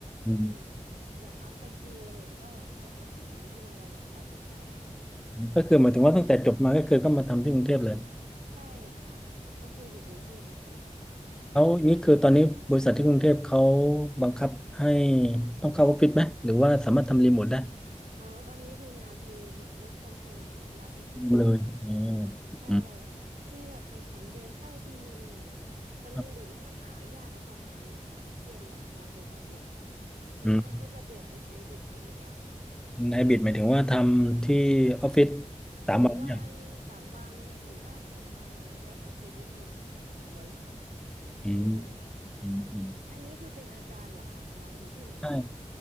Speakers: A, in the centre; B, on the right.
A: อืม
B: อืมอยากอัพสกิลอะไรเงี้ยก็ก็ไปหางานที่มันเราอยากจะสนใจอย่างเงี้ยค่ะ
A: ก็คือหมายถึงว่าตั้งแต่จบมาก็คือก็มาทำที่กรุงเทพเลย
B: ใช่ค่ะก็คืออยู่กรุงเทพมาตลอดอืม
A: แล้วนี่คือตอนนี้บริษัทที่กรุงเทพเขาบังคับให้ต้องเข้าออฟฟิศไหมหรือว่าสามารถทำรีโมทได้
B: อ๋อตอนนี้คืองานคือ work from home ร้อยเปอร์เซ็นต์เลยค่ะ
A: เลยอ๋อ
B: ใช่ค่ะมีแบบสองสามเดือนเข้าทีนึงอะไรอย่างเงี้ยค่ะแต่มันเดี๋ยวนี้มันหายากแล้วค่ะงานใหม่ๆที่มันแบบรับ
A: อืมครับ
B: work from home ส่วนมากเขาจะเปลี่ยนเป็นไฮบริดกันหมดแล้วค่ะ
A: อืมไฮบริดหมายถึงว่าทำที่ออฟฟิศสามวันเนี่ย
B: สองวันสามวันอยู่บ้านสองวันอะไรเงี้ยแล้วแต่ policy ของของบริษัทอะค่ะ
A: อืม
B: อืม
A: อืมอืม
B: อันนี้คือเป็นอาจารย์เหรอคะสอนอยู่ที่ไหนเหรอคะ
A: ใช่